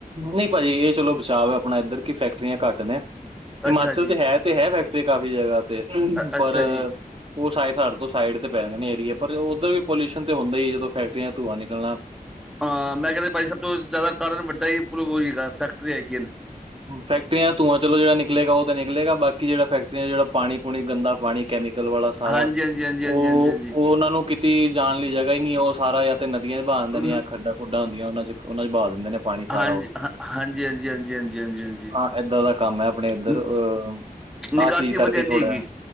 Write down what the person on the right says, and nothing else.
ਨਈ ਭਾਜੀ ਇਹ ਚਲੋ ਬਚਾਵ ਹੈ ਆਪਣਾ ਇੱਧਰ ਕਿ ਫੈਕਟਰੀਆਂ ਘੱਟ ਨੇ ਹਿਮਾਚਲ
ਤੇ ਹੈ ਤੇ ਹੈ ਫੈਕਟਰੀ ਕਾਫੀ ਜਗ੍ਹਾ ਤੇ
ਪਰ
ਉਹ ਸਾਏ ਸਰ ਤੋਂ ਸਾਈਡ ਤੇ ਪੈ ਰੇ ਨੇ ਏਰੀਏ, ਪਰ ਉੱਧਰ ਵੀ ਪੋਲਿਯੂਸ਼ਨ ਤੇ ਹੁੰਦਾ ਈ ਏ, ਜਦੋਂ ਫੈਕਟਰੀਆਂ ਧੂੰਆਂ ਨਿਕਲਣਾ
ਫੈਕਟਰੀਆਂ ਧੂੰਆਂ ਚਲੋ ਜਿਹੜਾ ਨਿਕਲਿਆ ਈ ਬੋਤ ਨਿਕਲੇਗਾ ਬਾਕੀ ਜਿਹੜਾ ਫੈਕਟਰੀਆਂ ਜਿਹੜਾ ਪਾਣੀ ਪੁਣੀ ਗੰਦਾ ਪਾਣੀ ਕੈਮੀਕਲ ਵਾਲਾ ਸਾਰਾ,
ਉਹ
ਉਹਨਾਂ ਨੂੰ ਕਿਤੇ ਜਾਣ ਲਈ ਜਗ੍ਹਾ ਈ ਨੀ ਉਹ ਸਾਰਾ ਤੇ ਨਦੀਆਂ ਚ ਬਹਾ ਦਿੰਦੇ ਨੇ ਜਾਂ
ਖੱਡਾਂ ਖੁਂਡਾ ਹੁੰਦੀਆਂ ਉਹਨਾਂ ਚ ਉਹਨਾ ਚ ਬਹਾ ਦਿੰਦੇ ਨੇ ਪਾਣੀ ਸਾਰਾ
ਉਹ
ਹਾਂ ਏਦਾਂ ਦਾ ਕੰਮ ਐ ਆਪਣੇ ਇੱਧਰ,
ਅਹ
ਆਹ ਚੀਜ਼ ਕਰਕੇ
ਥੋੜ੍ਹਾ